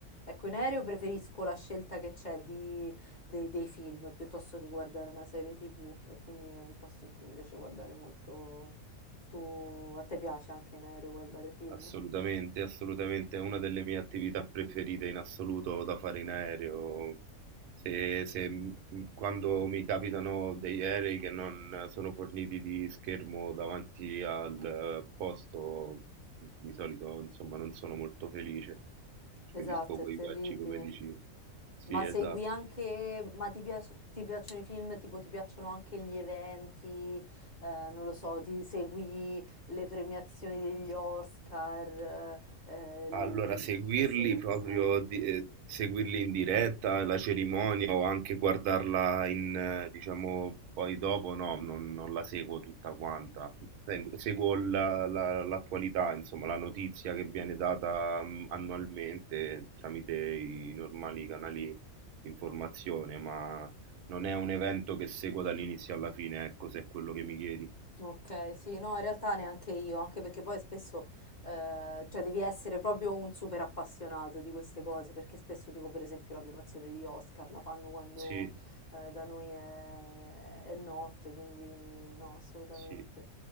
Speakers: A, on the left; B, on the right.
A: Ecco, in aereo preferisco la scelta che c'è di dei, dei film piuttosto che guardare una serie TV e quindi è un posto in cui mi piace guardare molto. Tu, a te piace anche in aereo guardare film?
B: assolutamente, assolutamente. È una delle mie attività preferite in assoluto da fare in aereo. Se, se m- quando mi capitano degli aerei che non sono forniti di schermo davanti al eh, posto, di solito, insomma, non sono molto felice. Preferisco
A: Esatto,
B: quei
A: è terribile.
B: viaggi, come dici. Sì,
A: Ma
B: esatto.
A: segui anche, ma ti piace- ti piacciono i film, tipo ti piacciono anche gli eventi, eh, non lo so, ti segui le premiazioni degli Oscar, eh, eh, l-
B: Allora, seguirli
A: queste cose.
B: proprio, di- eh, seguirli in diretta, la cerimonia o anche guardarla in, eh, diciamo, poi dopo, no, non, non la seguo tutta quanta. Seguo, seguo la- la- l'attualità, insomma, la notizia che viene data mm, annualmente tramite i normali canali di informazione, ma non è un evento che seguo dall'inizio alla fine, ecco, se è quello che mi chiedi.
A: Ok, sì, no, in realtà neanche io, anche perché poi spesso, eh, cioè devi essere proprio un super appassionato di queste cose, perché spesso tipo per esempio la premiazione degli Oscar la fanno quando
B: Sì,
A: eh, da noi è, è notte, quindi no, assolutamente.
B: sì,